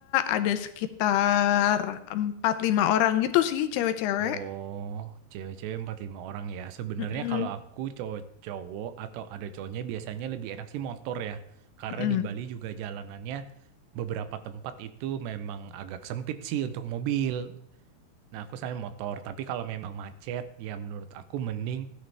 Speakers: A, on the left; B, on the right.
A: ada sekitar empat lima orang gitu sih, cewek-cewek.
B: Oh, cewek-cewek empat lima orang ya. Sebenarnya
A: Mm-mm.
B: kalau aku cowok-cowok atau ada cowoknya biasanya lebih enak sih motor ya. Karena
A: Mm-mm.
B: di Bali juga jalanannya beberapa tempat itu memang agak sempit sih untuk mobil. Nah, aku selain motor, tapi kalau memang macet, ya menurut aku mending